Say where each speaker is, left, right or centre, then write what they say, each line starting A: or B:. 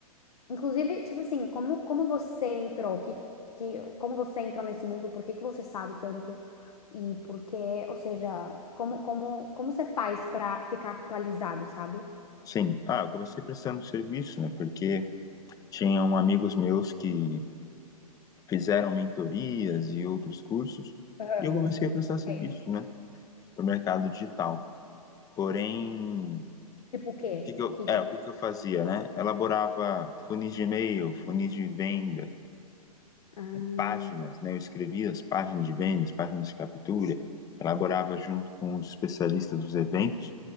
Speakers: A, on the left; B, on the left.
A: Inclusive, tipo assim, como como você entrou? Que, que como você entrou nesse mundo? Por que que você sabe tanto? E por que, ou seja, como como como você faz pra ficar atualizado, sabe?
B: Sim. Ah, eu comecei prestando serviço, né? Porque tinham amigos meus que fizeram mentorias e outros cursos,
A: Aham.
B: e eu comecei a prestar serviço,
A: Sei.
B: né? Para o mercado digital. Porém, o
A: Tipo o quê?
B: que que eu,
A: Que,
B: é,
A: que,
B: o que que eu fazia, né? Elaborava funis de e-mail, funis de venda,
A: Ah,
B: páginas, né? Eu escrevia as páginas de vendas, páginas de captura, elaborava junto com os especialistas dos eventos,